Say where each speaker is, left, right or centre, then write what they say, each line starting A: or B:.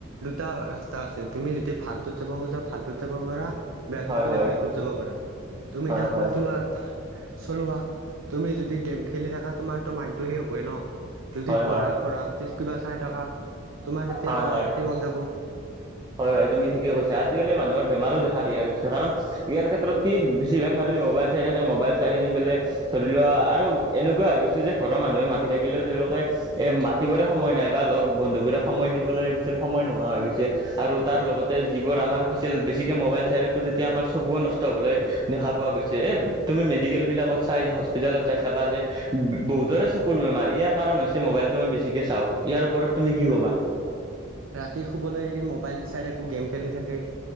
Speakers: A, on the right; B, on the right.
A: দুটা ৰাস্তা আছে, তুমি যদি ভালটোত যাব খোজা, ভালটোত যাব পাৰা। বেয়াটোত
B: হয়
A: গ'লে,
B: হয়
A: বেয়াটোত যাব পাৰা, তুমি
B: হয়
A: এতিয়া
B: হয়
A: কোনটো। চলোৱা তুমি যদি গেম খেলি থাকা, তোমাৰো মাইণ্ডটো শেষ হ'বই ন। যদি
B: হয়
A: পঢ়া,
B: হয়
A: পঢ়া পাতি কিবা চাই থকা, তোমাৰ, তেতিয়া
B: হয়
A: পঢ়া
B: হয়।
A: পাতি মন যাব।
B: হয়, হয় তুমি ঠিকে কৈছা, আজিকালি মানুহৰ বেমাৰো দেখা দিয়া গৈছে কাৰণ, ইয়াৰ ক্ষেত্ৰত। কি বেছিভাগ মানুহে মোবাইল চাই থাকে, মোবাইল চাই থাকি পেলে, ধৰি লোৱা আৰু। এনেকুৱা হৈ গৈছে যে, ঘৰৰ মানুহে মাতি থাকিলেও তেওঁলোকে। এ, মাতিবৰে সময় নাই, বা লগ বন্ধুবোৰক সময় দিবলৈ গৈছিল সময় নোহোৱা হৈ গৈছে। আৰু
A: হয়।
B: তাৰ লগতে যিবোৰ আমাৰ কিছিল, বেছিকে মোবাইল চাই থাকো, তেতিয়া আমাৰ চকুুৱ নষ্ট হ'বলৈ দেখা পোৱা গৈছে, এই তুমি মেডিকেল বিলাকত চাই যে, হস্পিটেলত যাই চাবা যে বহুতৰে চকুৰ বেমাৰ, ইয়াৰ কাৰণ হৈছে মোবাইলটো আমি বেছিকে চাওঁ, ইয়াৰ ওপৰত। তুমি কি
A: উম,
B: ক'বা
A: ৰাতি শুবলৈ এৰি মোবাইল চাই থাকো, গেম খেলি থাকে।